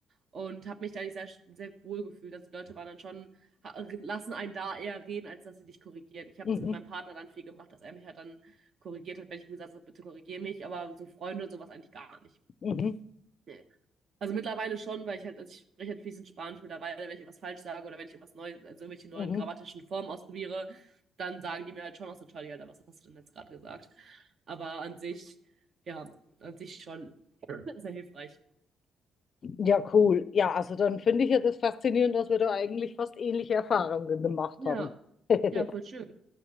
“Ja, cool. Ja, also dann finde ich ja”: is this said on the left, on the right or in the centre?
Left